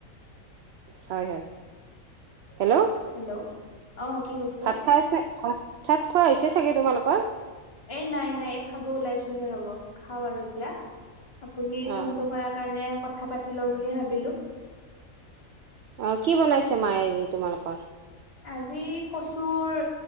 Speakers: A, on the right; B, on the left.
A: হয় হয়। হেল্ল'!
B: হেল্ল' অ কি কৈছে?
A: ভাত খাই আছে ভাত -চাত খোৱা হৈছে চাগে তোমালোকৰ?
B: এ নাই নাই এই খাব ওলাইছোহে ৰব খাওঁ আৰু এতিয়া। আপুনি
A: অ
B: ফোনটো
A: অ
B: কৰাৰ কাৰণে কথা পাতি লওঁ বুলি ভাবিলোঁ।
A: অ কি বনাইছে মায়ে আজি তোমালোকৰ
B: আজি কচুৰ